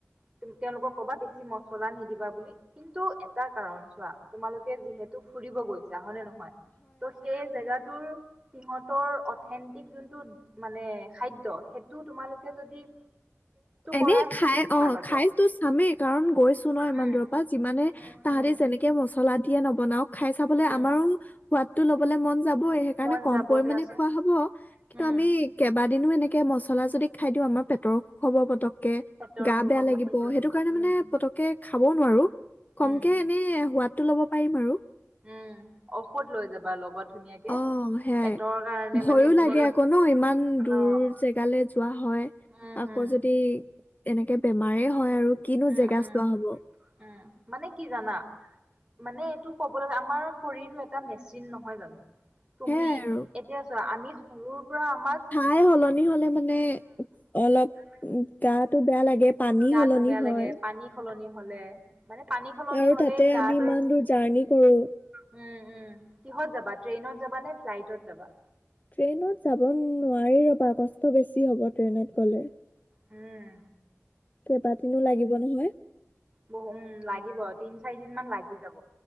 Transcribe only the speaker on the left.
এনে
খাই
অহ,
খাইটো চামেই, কাৰণ গৈছোঁ ন
ইমান দূৰৰ পৰা। যিমানে
তাহাঁতি
যেনেকে মছলা- দিয়ে নবনাওক। খাই চাবলে
আমাৰো সোৱাদটো লবলে মন যাবই, সেইকাৰণে
কম
পৰিমণে
খোৱা হ'ব। কিন্তু
আমি কেবাত- দিনো এনেকে মছলা যদি খাই দিওঁ, আমাৰ পেটৰ- হ'ব পতক- কে।
গা
বেয়া
লাগিব।
সেইটো কাৰণে
মানে পতককে- খাবও নোৱাৰোঁ। কমকে
এনেই হোৱাত টো ল'ব পাৰিম আৰু।
অ, সেয়াই।
ভয়ো
লাগে আকৌ ন ইমান
দূৰ জেগালৈ যোৱা হয়
আকৌ যদি এনেকে বেমাৰে হয় আৰু কিনো
জেগা
চোৱা হ'ব।
সেয়াই
আৰু
ঠাই সলনি হলে মানে
অলপ গাটো বেয়া লাগে। পানী
সলনি
হয়
আৰু
তাতে
আমি ইমান দূৰ জাৰ্নী কৰো।
ট্ৰেইনত যাব নোৱাৰি ৰবা কষ্ট বেছি হ'ব ট্ৰেইনত গ'লে।
কেইবাদিনো লাগিব নহয়।